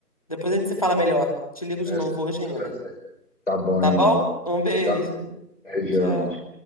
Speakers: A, on the left; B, on the left.
A: Depois a gente se fala melhor. Te ligo de
B: esse
A: novo
B: é
A: hoje
B: meu prazer.
A: ainda.
B: Tá bom,
A: Tá
B: Nina.
A: bom? Um beijo.
B: Tá bom. Beijão.
A: Tchau.